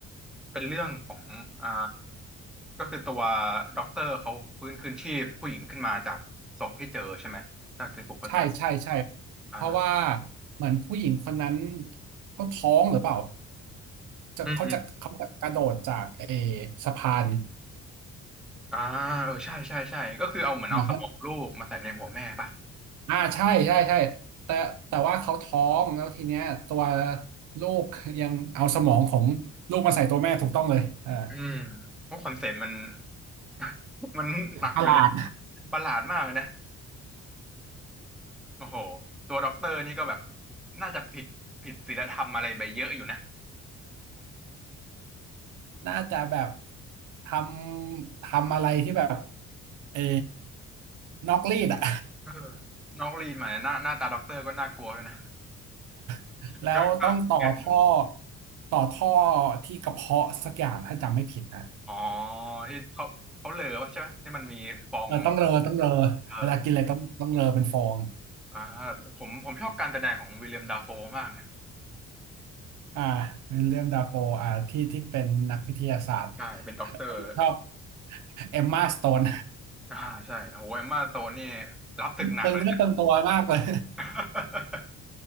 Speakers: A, in the centre; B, on the right (about 85°).
A: เป็นเรื่องของอ่าก็คือตัวด็อกเตอร์เขาฟื้นคืนชีพผู้หญิงขึ้นมาจากศพที่เจอใช่ไหมถ้าที่ผมเข้าใจ
B: <laughs> ใช่ใช่ใช่
A: อ่า
B: เพราะว่าเหมือนผู้หญิงคนนั้นเขาท้องหรือเปล่า จะเขาจะเขาจะกระโดดจากเออ
A: อืม
B: สะพาน
A: อ่าเออใช่ใช่ใช่ก็คือเอาเหมือนเอาสมองลูกมาใส่ในหัวแม่ป่ะ
B: นะฮะอ่าใช่ใช่ใช่แต่แต่ว่าเขาท้องแล้วทีเนี้ยตัวลูกยังเอาสมองของลูกมาใส่ตัวแม่ถูกต้องเลยเออ
A: อืมเพราะคอนเซ็ปต์มัน <laughs> มันหนักอยู่นะ
B: ประหลาด
A: ประหลาดมากเลยนะโอ้โหตัวด็อกเตอร์นี่ก็แบบน่าจะผิดผิดศีลธรรมอะไรไปเยอะอยู่นะ
B: <laughs> น่าจะแบบทำทำอะไรที่แบบเออนอกรีดอะ
A: เออน้องลีนมาเนี่ยหน้าหน้าตาด็อกเตอร์ก็น่ากลัวเลยนะ
B: <laughs>
A: <laughs>
B: แล้วต้องต่อท่อ
A: ก็เกลียดอยู่
B: ต่อท่อที่กระเพาะสักอย่างถ้าจำไม่ผิดนะ
A: อ๋อที่เขาเขาเหลอวะใช่ไหมที่มันมีฟอง
B: เออต้องเรอต้องเรอ
A: เออ
B: เวลากินอะไรต้องต้องเรอเป็นฟอง
A: อ่าผมผมชอบการแสดงของวิลเลียมดาโฟมากนะ
B: อ่าวิลเลียมดาโฟอ่าที่ที่เป็นนักวิทยาศาสตร์
A: ใช่เป็นด็อกเตอร์
B: <laughs> ชอบเอมมาสโตน
A: อ่าใช่โหเอมม่าโตนนี่รับศึกหนักเลยนะ
B: <laughs> เปลืองเนื้อเปลืองตัวมากเลย
A: <laughs>